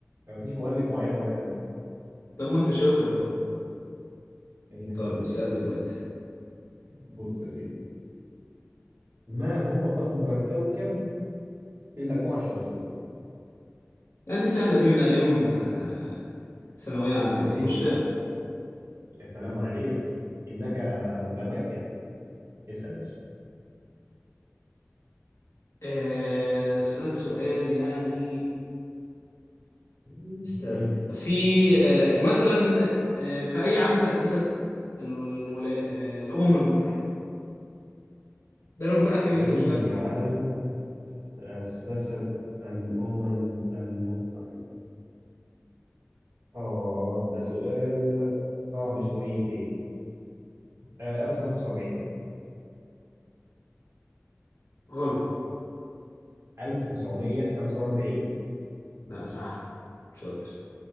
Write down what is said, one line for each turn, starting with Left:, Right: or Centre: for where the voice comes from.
Right: مفيش مؤلف معين هو اللي كتبها يعني
Left: طب ما أنت شاطر أهو
Right: ايش السالفه
Left: طب اسألني بقى أنت.
Right: بص يا سيدي ما هو اكبر كوكب في المجموعه الشمسيه
Left: لا دي سهلة دي من أيام آه، ثانوية عامة
Right: ابتدائي
Left: دي مشترك
Right: يا سلام عليك انك متمكن اسال يا باشا
Left: آه، أسألك سؤال يعني
Right: مم.
Left: استنى
Right: مم.
Left: في آه، مثلا آه، في أي عام تأسست الولا... آه، الأمم المتحدة ده أنا متأكد
Right: في
Left: أنت
Right: اي
Left: مش هتعرف تجيبه
Right: عام
Left: والله.
Right: تاسست الامم المتحده اه ده سؤال صعب شويتين آه 1945
Left: غلط
Right: 1945
Left: لا صح شاطر